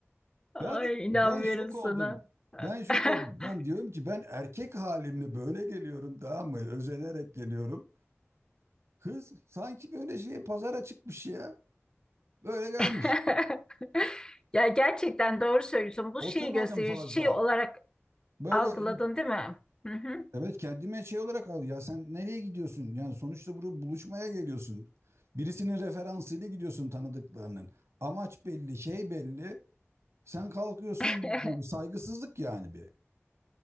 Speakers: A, on the left (about 15°); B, on the right (about 70°).
A: Ay
B: Ben
A: inanmıyorum
B: ben şok
A: sana.
B: oldum. Ben şok
A: <laughs>
B: oldum. Ben diyorum ki ben erkek halimle böyle geliyorum tamam mı? Özenerek geliyorum. Kız sanki böyle şey pazara çıkmış ya. Böyle gelmiş.
A: <laughs> Ya gerçekten doğru söylüyorsun. Bu
B: Oturmadım
A: şeyi gösteriyor,
B: fazla.
A: şey olarak
B: Böyle
A: algıladın değil mi? Hı hı.
B: evet kendime şey olarak al. Ya sen nereye gidiyorsun? Yani sonuçta buraya buluşmaya geliyorsun. Birisinin referansıyla gidiyorsun tanıdıklarının. Amaç belli, şey belli. Sen kalkıyorsun
A: <laughs>
B: yani saygısızlık yani bir.